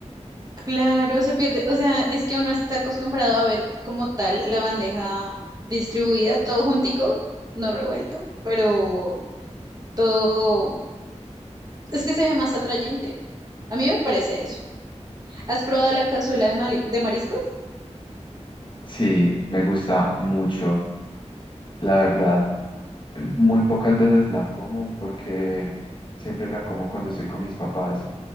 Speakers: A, on the right; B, on the left.
A: Claro, se pierde. O sea, es que uno está acostumbrado a ver como tal la bandeja distribuida, todo juntico, no revuelto, pero todo es que se ve más atrayente. A mí me parece eso. ¿Has probado la cazuela de, mali- de mariscos?
B: Sí, me gusta mucho, la verdad. Muy pocas veces la como porque siempre la como cuando estoy con mis papás